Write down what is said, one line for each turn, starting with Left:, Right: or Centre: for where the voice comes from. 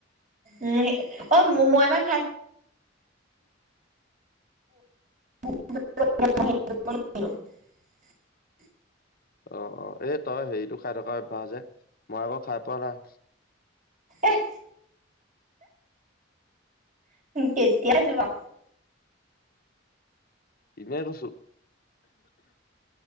Right: উম অ মই এবাৰ খাইছো <unintelligible>
Left: অ অ এই তই হেৰিটো খাই থকা অভ্যাস যে মই আকৌ খাই পোৱা নাই।
Right: এহ কেতিয়া যোৱা
Left: এনেই কৈছো